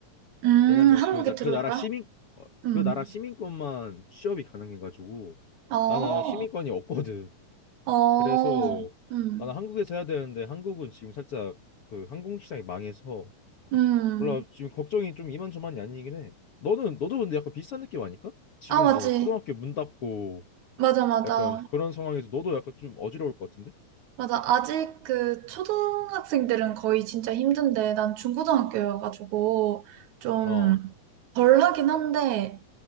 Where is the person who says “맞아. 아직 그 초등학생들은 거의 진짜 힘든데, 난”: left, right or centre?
Right